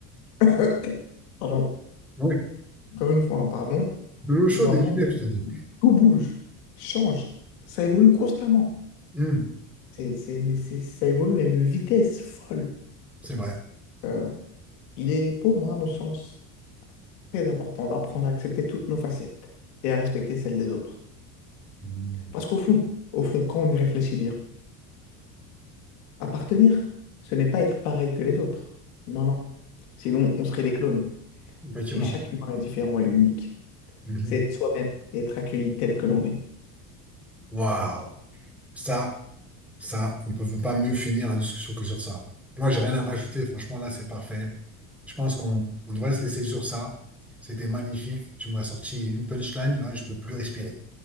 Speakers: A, on the left; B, in the centre.
A: <coughs> pardon,
B: Ouais.
A: encore une fois, hein, pardon,
B: De l'eau chaude
A: dans un
B: et
A: monde
B: du bière,
A: où
B: je te dis.
A: tout bouge, change, ça évolue constamment.
B: Mhm.
A: C'est, c'est- mais c'est, ça évolue à une vitesse folle.
B: C'est vrai.
A: Euh, Il est, pour moi, à mon sens, très important d'apprendre à accepter toutes nos facettes et à respecter celles des autres.
B: Mhm.
A: Parce qu'au fond, au fond, quand on y réfléchit bien, appartenir, ce n'est pas être pareil que les autres. Non, non. Sinon, on serait des clones.
B: Effectivement.
A: Et chaque humain est différent et unique.
B: Mhm.
A: C'est être soi-même et être accueilli tel que l'on est.
B: Waouh. Ça, ça, on ne peut pas mieux finir la discussion que sur ça. Moi, j'ai rien à rajouter. Franchement, là, c'est parfait. Je pense qu'on on devrait se laisser sur ça. C'était magnifique. Tu m'as sorti une punchline. Là, je peux plus respirer.